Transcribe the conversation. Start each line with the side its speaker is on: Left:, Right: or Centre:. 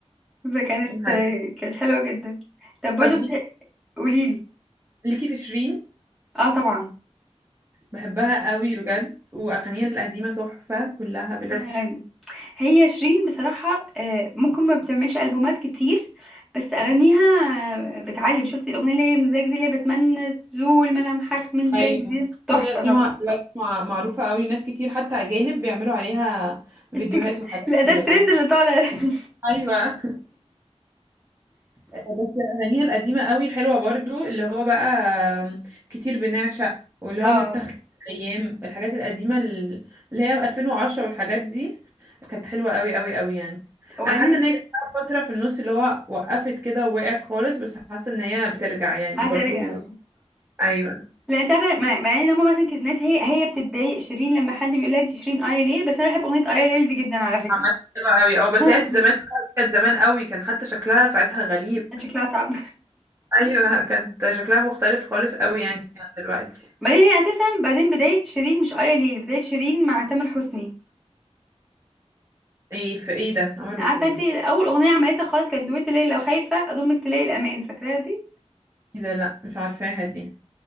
Centre: فكانت
Right: حلو.
Centre: كانت حلوة جدا طب برضو
Right: طب ليكي
Centre: بت... قوليلي
Right: ليكي في شيرين
Centre: اه طبعا
Right: بحبها قوي بجد واغانيها القديمه تحفه كلها بلا
Centre: يعني
Right: استثناء.
Centre: هي شيرين بصراحة آه، ممكن ما بتعملش ألبومات كتير بس أغانيها آه، بتعلم شفتي الأغنية اللي هي مزاج دي اللي هي بتمنى تزول ملامحك من
Right: ايوه
Centre: بالي دي تحفة
Right: دي
Centre: طبعا
Right: دي مع- دلوقتي مع- معروفه قوي ناس كتير حتى اجانب بيعملوا عليها فيديوهات
Centre: التك...
Right: وحاجات
Centre: لا ده
Right: كده
Centre: الترند اللي طالع <laughs>
Right: ايوه بس أغانيها القديمة قوي حلوة برضو اللي هو بقى كتير بنعشق واللي
Centre: اه
Right: هو متاخد من أيام الحاجات القديمة ال- اللي هي 2010 والحاجات دي كانت حلوة قوي قوي قوي يعني
Centre: وبعدين
Right: أنا حاسة إن هي جت لها فترة في النص اللي هو وقفت كده ووقعت خالص بس حاسة إن هي بترجع يعني
Centre: هترجع
Right: برضو أيوة
Centre: لا انت عارفه مع مع ان هما مثلا كانت ناس هي هي بتتضايق شيرين لما حد بيقول لها انت شيرين ايا ليل بس انا بحب اغنيه ايا ليل دي جدا على فكره
Right: عامة حلوة قوي اه بس
Centre: <laughs>
Right: هي زمان كانت زمان قوي كان حتى شكلها ساعتها غريب
Centre: كان شكلها صعب
Right: أيوة كانت شكلها مختلف خالص قوي يعني عن دلوقتي
Centre: بعدين هي اساسا بعدين بدايه شيرين مش ايا ليل بدايه شيرين مع تامر حسني
Right: ايه في ايه ده عملوا
Centre: عارفه
Right: ايه
Centre: انت اول اغنيه عملتها خالص كانت دويتو ليل لو خايفه اضمك تلاقي الامان فاكراها دي
Right: ايه ده لا مش عارفاها دي